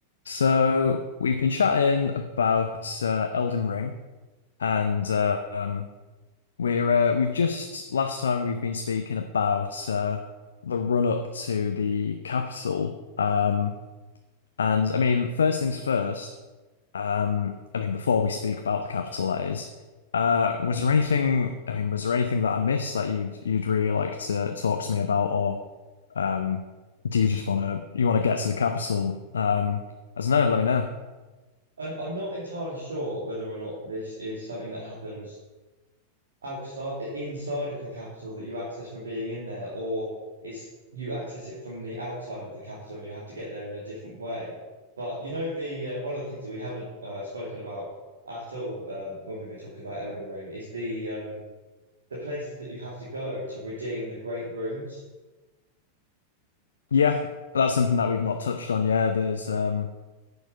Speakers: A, on the left; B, on the right.
A: So we've been chatting about uh, Elden Ring, and uh, um, we're uh, we've just last time we've been speaking about uh, the run up to the capital. Um, and I mean, first things first. Um, I mean, before we speak about the capital, that is, uh, was there anything? I mean, was there anything that I missed that you'd you'd really like to talk to me about, or um, do you just want to you want to get to the capital? Um, as no, let me know.
B: Um, I'm not entirely sure whether or not this is something that happens outside, inside of the capital that you access from being in there, or it's you access it from the outside of the capital and you have to get there in a different way. But you know, the uh, one of the things that we haven't uh, spoken about at all um, when we've been talking about Elden Ring is the um, the places that you have to go to redeem the great runes.
A: Yeah, that's something that we've not touched on. Yeah, there's um